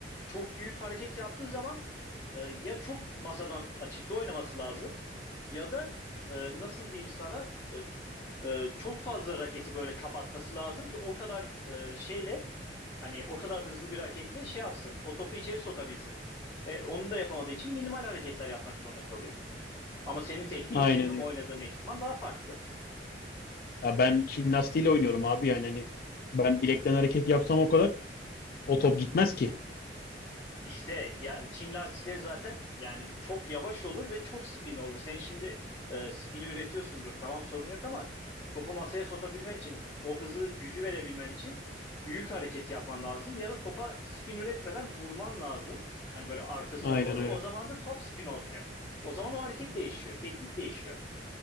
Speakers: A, on the left; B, on the left.
A: çok büyük hareket yaptığı zaman e, ya çok masadan açıkta oynaması lazım ya da e, nasıl diyeyim sana e, e, çok fazla raketi böyle kapatması lazım ki o kadar e, şeyle Hani o kadar hızlı bir hareketle şey yapsın. O topu içeri sokabilsin. E, onu da yapamadığı için minimal hareketler yapmak zorunda kalıyor. Ama senin tekniğin,
B: Aynen
A: senin oynadığın
B: öyle.
A: ekipman daha farklı.
B: Ya ben Çin lastiğiyle oynuyorum abi yani hani ben bilekten hareket yapsam o kadar o top gitmez ki.
A: İşte yani Çin lastikleri zaten yani çok yavaş olur ve çok spinli olur. Senin şimdi e, spini üretiyorsundur. Tamam sorun yok ama topu masaya sokabilmen için, o hızı, gücü verebilmen için büyük hareket yapman lazım ya da topa spin üretmeden vurman lazım. Hani böyle arkasına
B: Aynen
A: doğru.
B: öyle.
A: O zaman da top spin olmuyor. O zaman o hareket değişiyor, teknik değişiyor.